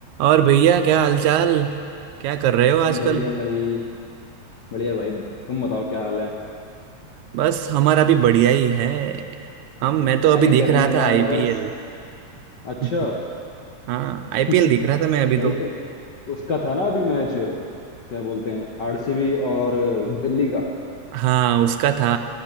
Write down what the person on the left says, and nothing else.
बढ़िया भाई बढ़िया भाई तुम बताओ क्या हाल है
क्या
ही
करेंगे
यार
बस अच्छा
<laughs>
सही
तो उसका था ना अभी मैच क्या बोलते हैं आरसीबी और दिल्ली का